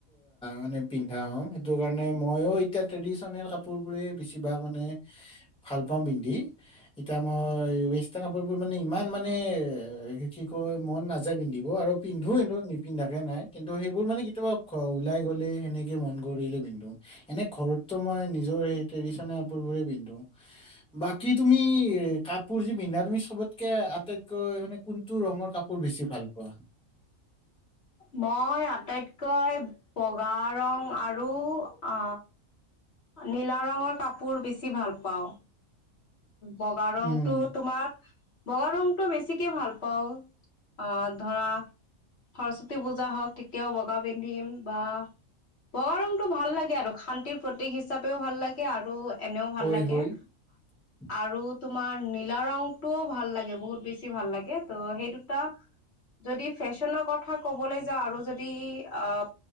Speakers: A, in the centre; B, on the left.
A: মানে পিন্ধা হম, সেইটো কাৰণে মইও এতিয়া ট্ৰেডিচনেল কাপোৰ বোৰে বেছিভাগ মানে ভাল পাওঁ পিন্ধি এতিয়া মই ৱেষ্টাৰ্ণ কাপোৰ বোৰ মানে ইমান মানে এ সে কি কয় মন নাযায় পিন্ধিব আৰু পিন্ধো, কিন্তু নিপিন্ধাকে নাই কিন্তু সেইবোৰ মানে কেতিয়াবা ওলাই গ'লে, সেনেকে মন কৰিলে পিন্ধো। এনে ঘৰতটো মই নিজৰ সেই ট্ৰেডিশনেল কাপোৰ বোৰে পিন্ধো। বাকী তুমি এ কাপোৰ যি পিন্ধা তুমি চবত কে আটাইতকৈ মানে কোনটো ৰঙৰ কাপোৰ বেছি ভাল পোৱা।
B: মই আটাইতকৈ বগা ৰং আৰু আ নীলা ৰঙৰ কাপোৰ বেছি ভাল পাও বগা ৰংটো
A: উম
B: তোমা বগা ৰংটো বেছিকে ভাল পাওঁ অ', ধৰা সৰস্বতী পূজা হওক তেতিয়াও বগা পিন্ধিম বা বগা ৰংটো ভাল লাগে আৰু, শান্তিৰ প্ৰতীক হিচাপেও ভাল লাগে, আৰু এনেও ভাল
A: হয়
B: লাগে
A: <inaudible>
B: আৰু তোমাৰ নীলা ৰংটোও ভাল লাগে বহুত বেছি ভাল লাগে ত' সেই দুটা যদি ফেশ্বনৰ কথা ক'বলৈ যাওঁ আৰু যদি অ'